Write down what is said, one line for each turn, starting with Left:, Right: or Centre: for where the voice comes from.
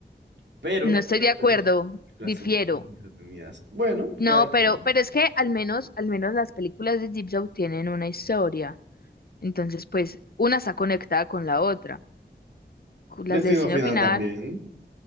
Right: pero
Left: No estoy
Right: Pero,
Left: de acuerdo,
Right: pero. Películas
Left: difiero.
Right: son entretenidas. Bueno,
Left: No,
Right: cada quien.
Left: pero, pero es que al menos, al menos las películas de Jigsaw tienen una historia. Entonces, pues, una está conectada con la otra. Las
Right: Destino
Left: de Destino
Right: Final
Left: Final,
Right: también.